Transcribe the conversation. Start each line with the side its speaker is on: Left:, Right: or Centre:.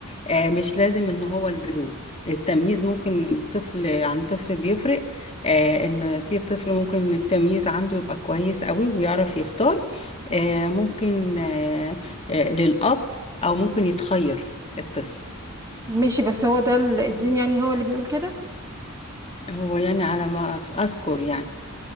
Left: آه مش لازم إن هو البلوغ التمييز ممكن طفل عن طفل بيفرق آه إن في طفل ممكن التمييز عنده يبقى كويس قوي ويعرف يختار آه ممكن آه آه للأب أو ممكن يتخير الطفل
Right: ماشي بس هو ده ال- الدين يعني هو اللي بيقول كده
Left: هو يعني على ما أف- أذكر يعني